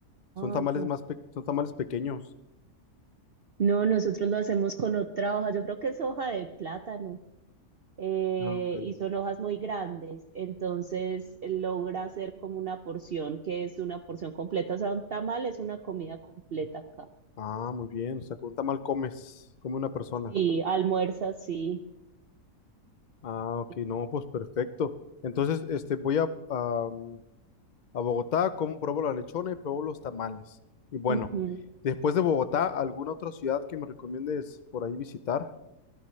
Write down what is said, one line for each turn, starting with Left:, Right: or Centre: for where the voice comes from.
Left: Son
Right: Ah,
Left: tamales
Right: ya.
Left: más, pe- son tamales pequeños.
Right: No, nosotros lo hacemos con otra hoja. Yo creo que es hoja de plátano. eh,
Left: Ah, ok.
Right: y son hojas muy grandes. Entonces logra hacer como una porción que es una porción completa. O sea, un tamal es una comida completa acá.
Left: Ah, muy bien. O sea, con un tamal comes, come una persona.
Right: Sí, almuerza, sí.
Left: Ah, ok,
Right: Sí,
Left: no,
Right: sí.
Left: pues perfecto. Entonces, este, voy a, a, a Bogotá, como pruebo la lechona y pruebo los tamales. Y bueno,
Right: Ujú.
Left: después
Right: Bueno.
Left: de Bogotá, ¿alguna otra ciudad que me recomiendes por ahí visitar?